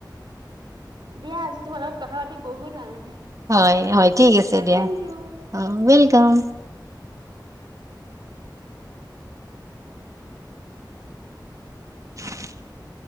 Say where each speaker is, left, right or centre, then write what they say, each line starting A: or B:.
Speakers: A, on the right (about 70°); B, on the right (about 40°).
A: দিয়া আজি তোমাৰ লগত কথা পাতি বহুত ভাল লাগিল।
B: হয়, হয় ঠিক আছে দিয়া
A: থেংক ইউ
B: অ' ওৱেলকাম। <inaudible>